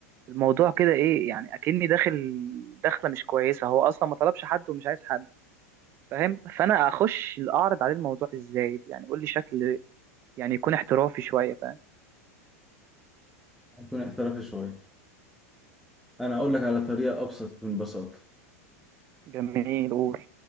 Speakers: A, on the right; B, in the centre.
A: الموضوع كده ايه يعني اكني داخل داخله مش كويسه هو اصلا ما طلبش حد ومش عايز حد فاهم فانا اخش اعرض عليه الموضوع ازاي يعني قول لي شكل يعني يكون احترافي شويه فاهم
B: هيكون احترافي شوية انا هقول لك على طريقة ابسط من بساطة
A: جميل قول